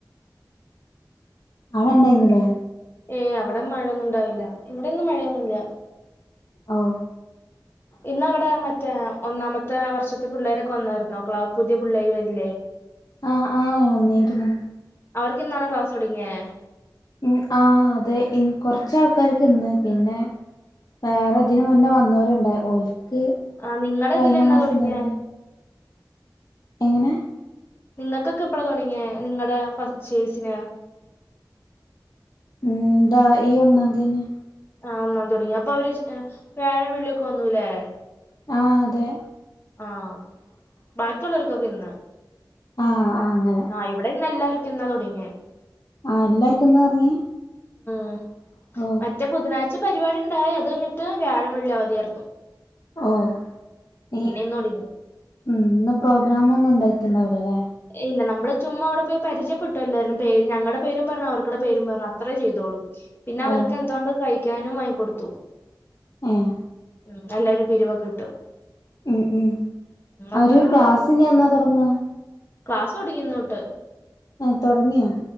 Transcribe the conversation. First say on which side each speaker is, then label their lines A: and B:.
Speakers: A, on the left (about 55°); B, on the left (about 30°).
A: ആടെ ഇണ്ടായിരുന്നില്ലേ
B: ഏയ് അവിടെ മഴയൊന്നും ഉണ്ടാവില്ല ഇവിടെന്നും മഴയൊന്നുംല്ല
A: ഓഹ്
B: ഇന്ന് അവിടെ മറ്റേ ഒന്നാമത്തെ വർഷത്തെ പിള്ളേരൊക്കെ വന്നായിരുന്നോ ക്ലാസ് പുതിയ പിള്ളേർ വരില്ലേ
A: ആഹ് ആഹ് വന്നിരുന്നു
B: അവർക്ക് ഇന്നാണോ ക്ലാസ്തൊടങ്ങിയെ
A: ഉം ആഹ് അതെ കൊറച്ചാൾക്കാർക്ക് ഇന്ന് പിന്നെ വേറെ ഇതിന് മുന്നേ വന്നവരുണ്ട് ഓൽക്ക്
B: ആഹ് നിങ്ങടെ
A: കഴിഞ്ഞ
B: ഇതില് എന്നാ
A: മാസം
B: തുടങ്ങിയേ
A: തന്നെ എങ്ങനെ
B: നിങ്ങൾക്കൊക്കെ എപ്പഴാ തുടങ്ങിയ നിങ്ങളടെ പറച്ചേസിനു
A: എന്താ ഈ ഒന്നാതിത്തന്നെ
B: ആഹ് ഒന്നാം തിയ്യതി തുടങ്ങി അപ്പൊ അവര് വ്യാഴം വെള്ളിയൊക്കെ വന്നുലേ
A: ആഹ് അതെ
B: ആഹ് ബാക്കിയുള്ളവർക്കൊക്കെ ഇന്ന്
A: ആഹ് ആഹ് അങ്ങനെ
B: ആഹ് ഇവിടെ ഇന്ന് എല്ലാവർക്കും ഇന്നാ തുടങ്ങിയ
A: ആഹ് എല്ലാർക്കുംന്നാ തുടങ്ങിയെ
B: ആഹ്
A: ഓഹ്
B: മറ്റേ ബുധനാഴ്ച പരിപാടി ഉണ്ടായി അത് എന്നിട്ട് വ്യാഴം വെള്ളി അവതിയായിരുന്നു
A: ഓ ഈ
B: ഇന്ന് തൊടങ്ങി
A: ഉ ഇന്ന് പ്രോഗ്രാമ ഒന്നും ഉണ്ടായിട്ടുണ്ടാവില്ലോ അല്ലേ
B: ഇല്ല നമ്മൾ ചുമ്മാ അവിടെ പോയി പരിയപ്പെട്ടു എല്ലാരും പേര് ഞങ്ങളുടെ പേരും പറഞ്ഞു അവരുടെ പേരും പറഞ്ഞു അത്രേ ചെയ്തോളൂ പിന്നെ അവർക്ക്
A: ഓ
B: എന്തോ കൊണ്ട് കഴിക്കാനും വാങ്ങി കൊടുത്തു
A: ആഹ്
B: ഉം എല്ലാരും പിരിവൊക്കെ കിട്ടും
A: ഉം ഉം അവര്
B: അത്ര ഉണ്ടായത്
A: ക്ലാസ്സി ഇനി എന്നാ തുടങ്ങുക
B: ക്ലാസ് തുടങ്ങി ഇന്ന് തൊട്ട്
A: ആഹ് തുടങ്ങിയോ